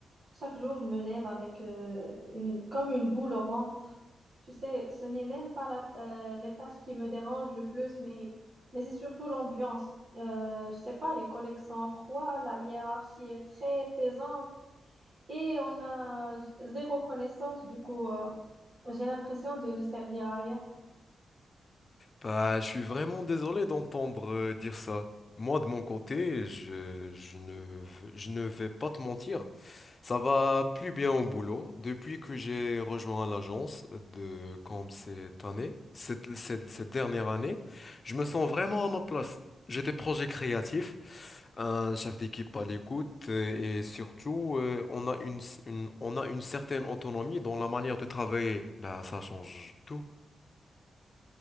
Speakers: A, on the right; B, on the left.
A: Chaque jour, je me lève avec euh, une, comme une boule au ventre. Tu sais, ce n'est même pas la, euh, les tâches qui me dérangent le plus, mais, mais c'est surtout l'ambiance. Euh, je sais pas, les collègues sont froids, la hiérarchie est très pesante et on a zéro connaissance. Du coup, euh, j'ai l'impression de ne servir à rien.
B: Bah, je suis vraiment désolé d'entendre euh, dire ça. Moi, de mon côté, je, je ne, v- je ne vais pas te mentir. Ça va plus bien au boulot. Depuis que j'ai rejoint l'agence de comme cette année, cette, cette- cette dernière année, je me sens vraiment à ma place. J'ai des projets créatifs, un chef d'équipe à l'écoute euh, et surtout, euh, on a une, une- on a une certaine autonomie dans la manière de travailler. Bah, ça change tout.